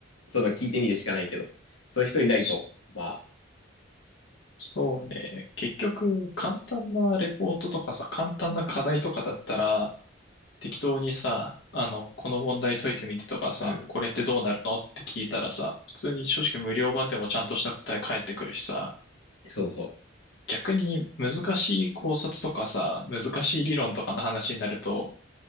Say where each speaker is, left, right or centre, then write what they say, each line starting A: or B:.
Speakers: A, on the left; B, on the left.
A: う、そういうの聞いてみるしかないけど、そういう人いないと、
B: そ
A: まあ、
B: そうね。結局、簡単なレポートとかさ、簡単な課題とかだったら、適当にさ、あの、この問題解いてみてとかさ、
A: うん、
B: これってどうなるのって聞いたらさ、普通に正直無料版でもちゃんとした答え返ってくるしさ、
A: そうそう。
B: 逆に難しい考察とかさ、難しい理論とかの話になると、